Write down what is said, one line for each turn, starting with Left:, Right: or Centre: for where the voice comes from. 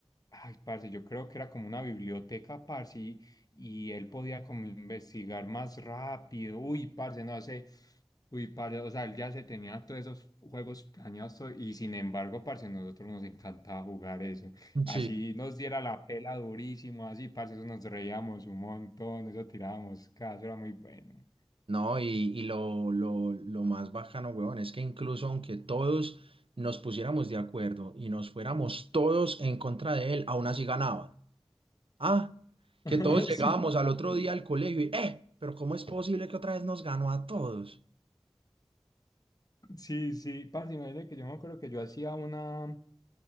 Left: Ay, parce, yo creo que era como una biblioteca, parce, y, y él podía como investigar más rápido. Uy, parce, no sé. Uy, parce, o sea, él ya se tenía todos esos juegos planeados todo, y sin embargo, parce, nosotros nos encantaba jugar eso. Así
Right: Sí.
Left: nos diera la pela durísimo, así, parce, eso nos reíamos un montón, eso tirábamos, cada eso era muy bueno.
Right: No, y, y lo, lo, lo más bacano, weón, es que incluso aunque todos nos pusiéramos de acuerdo y nos fuéramos todos en contra de él, aún así ganaba. Ah,
Left: <laughs>
Right: que todos llegábamos
Left: Sí.
Right: al otro día al colegio y, eh, pero ¿cómo es posible que otra vez nos ganó a todos?
Left: Sí, sí, parce, imagínate que yo me acuerdo que yo hacía una.